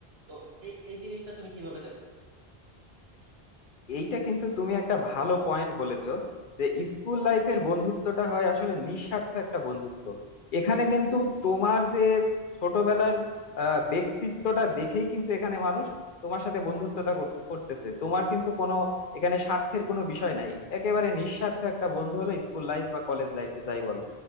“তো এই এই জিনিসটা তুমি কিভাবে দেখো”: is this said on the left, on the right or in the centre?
Right